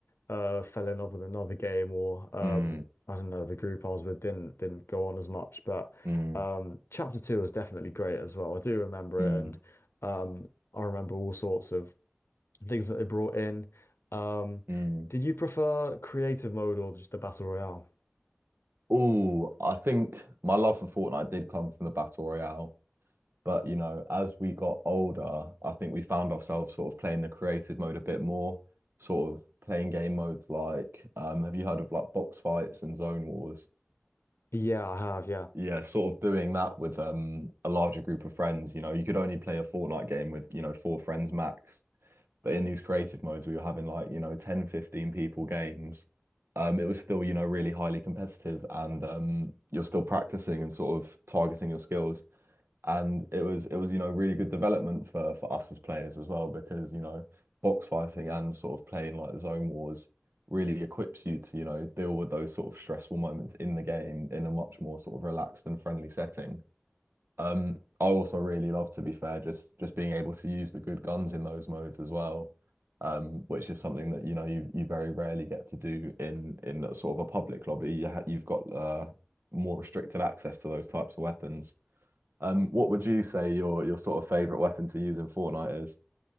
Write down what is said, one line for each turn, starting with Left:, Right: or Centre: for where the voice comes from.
Left: uh, fell in love with another game, or um,
Right: Mm.
Left: I don't know, the group I was with didn't didn't go on as much. But
Right: Mm.
Left: um, chapter two was definitely great as well. I do remember
Right: Mm.
Left: it, and um, I remember all sorts of things that they brought in. Um,
Right: Mm.
Left: did you prefer creative mode or just the battle royale?
Right: Oh, I think my love for Fortnite did come from the Battle Royale. But, you know, as we got older, I think we found ourselves sort of playing the creative mode a bit more, sort of playing game modes like, um, have you heard of like box fights and zone wars?
Left: Yeah, I have. Yeah.
Right: Yeah, sort of doing that with um, a larger group of friends. You know, you could only play a Fortnite game with, you know, four friends max. But in these creative modes, we were having like, you know, 10, 15 people games. Um, it was still, you know, really highly competitive and um, you're still practicing and sort of targeting your skills. And it was it was, you know, really good development for for us as players as well, because, you know, box fighting and sort of playing like the zone wars really equips you to, you know, deal with those sort of stressful moments in the game in a much more sort of relaxed and friendly setting. Um, I also really love, to be fair, just just being able to use the good guns in those modes as well, um, which is something that you know you you very rarely get to do in in a sort of a public lobby. You ha you've got uh, more restricted access to those types of weapons. Um, what would you say your your sort of favorite weapon to use in Fortnite is?